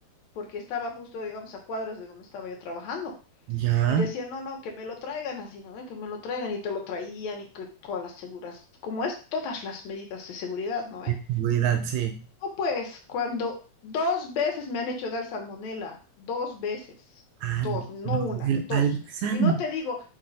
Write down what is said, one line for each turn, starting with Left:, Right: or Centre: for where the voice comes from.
Left: porque estaba justo, digamos, a cuadras de donde estaba yo trabajando.
Right: ya.
Left: Y decía, no, no, que me lo traigan así, ¿no? ve? Que me lo traigan y te lo traían y que todas las seguras, como es, todas las medidas de seguridad, ¿no? eh
Right: Seguridad, sí.
Left: no, pues, cuando dos veces me han hecho dar salmonela, dos veces,
Right: Ah,
Left: dos, no
Right: no,
Left: una,
Right: del
Left: dos.
Right: Alzan.
Left: Y no te digo,